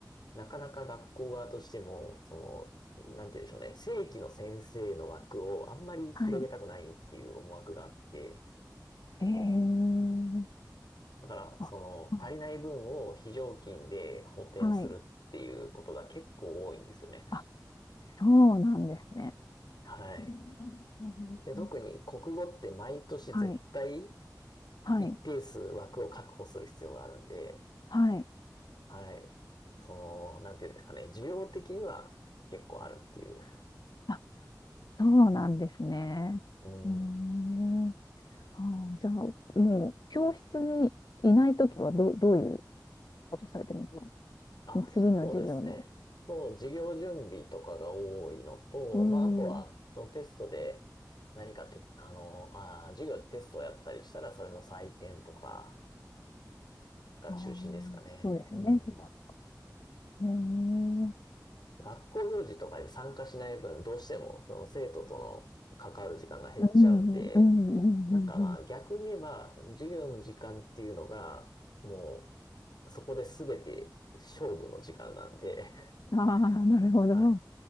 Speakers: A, on the left; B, on the left.
A: なかなか学校側としても、その、なんて言うんでしょうね。正規の先生の枠をあんまり広げたくないっていう思惑があって、
B: はい。ええ
A: だから、
B: あ、
A: その、
B: あ
A: 足りない分を非常勤で補填するっていうことが結構多いんですよね。
B: はい。あそうなんですね。
A: はい。
B: うん
A: で、特に国語って毎年絶対
B: はい、はい、
A: 一定数枠を確保する必要があるんで、
B: はい。
A: はい。その、なんていうんですかね、需要的には結構あるっていう。
B: あ、そうなんですね。
A: うん。
B: うーん。あー、じゃあ、もう、教室にいないときはどう、どういうことされてるんですか
A: あ、
B: もう次の授業の。
A: そうですね。そう、授業準備とかが多いのと、
B: うーん。
A: まあ、あとは、そのテストで何かて、あの、あー、授業でテストをやったりしたら、それの採点とか、が中心ですかね。
B: あー、そうですよね。
A: うん。
B: そっか。へえ。うん、
A: 学校行事とかに参加しない分、どうしてもその生徒との関わる時間が減っちゃうんで、
B: うん、うん、うん、
A: なんかまあ逆に言えば、
B: う
A: 授業の時間っていうのが、もう、そこで全て勝負の時間なんで
B: ん。ああ、なるほど。
A: <laughs> はい。
B: うん